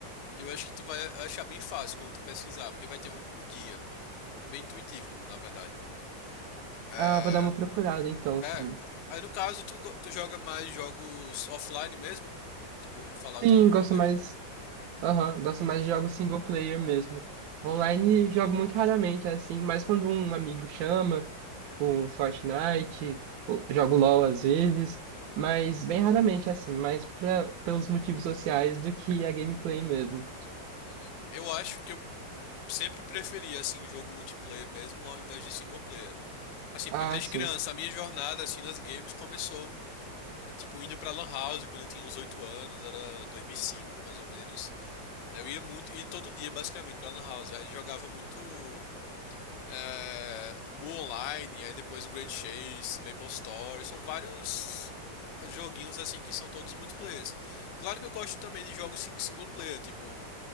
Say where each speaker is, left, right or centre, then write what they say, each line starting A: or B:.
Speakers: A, on the left; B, on the right.
A: E eu acho que tu vai achar bem fácil quando tu pesquisar, porque vai ter um, um guia. É bem intuitivo, na verdade. É,
B: Ah, vou dar uma procurada então, assim.
A: é. Aí no caso, tu, go- tu joga mais jogos offline mesmo? Tipo Fallout
B: Sim,
A: e
B: gosto
A: Oblivion?
B: mais. Aham, gosto mais de jogos single player mesmo. Online jogo muito raramente, assim, mas quando um amigo chama, tipo um Fortnite, ou- jogo LOL às vezes, mas bem raramente, assim, mais pra, pelos motivos sociais do que a gameplay mesmo.
A: Uhum. Eu acho que eu sempre preferi, assim, jogo multiplayer mesmo, ao invés de single player. Assim,
B: Ah,
A: porque desde
B: sim.
A: criança, a minha jornada, assim, nas games começou, é, tipo, indo pra Lan House quando eu tinha uns 8 anos, era 2005 mais ou menos. Aí eu ia muito, e todo dia, basicamente, pra Lan House. Aí jogava muito é, Moonline, aí depois o Grand Chase, MapleStory, são vários joguinhos assim que são todos multiplayers. Claro que eu gosto também de jogos sing- single player, tipo